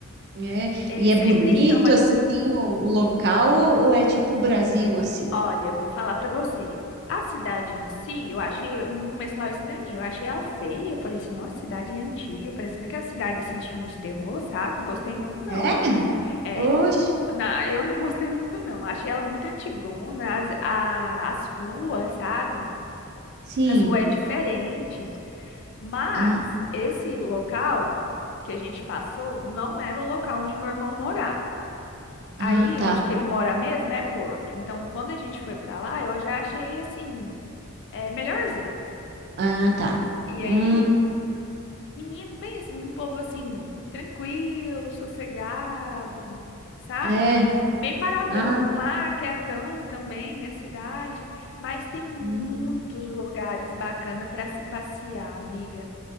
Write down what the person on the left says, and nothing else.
Ele
sempre
chama
Olha, eu vou falar pra você. A cidade em si, eu achei, no começo lá eu estranhei, eu achei ela feia, eu falei assim, nossa, cidade antiga, parecendo aquela cidade assim de filme de terror, sabe? Não gostei muito não.
É,
na, eu não gostei muito não, achei ela muito antigona, as, a- as ruas, sabe?
As ruas é diferente, mas
esse local que a gente passou não era o local onde meu irmão morava. Aí,
onde que ele mora mesmo é Porto. Então, quando a gente foi pra lá, eu já achei assim é melhorzinho.
E
aí, menino, pensa num povo assim, tranquilo, sossegado, sabe?
Meio paradão
lá, quietão também, a cidade, mas tem muitos
lugares bacanas para se passear, amiga.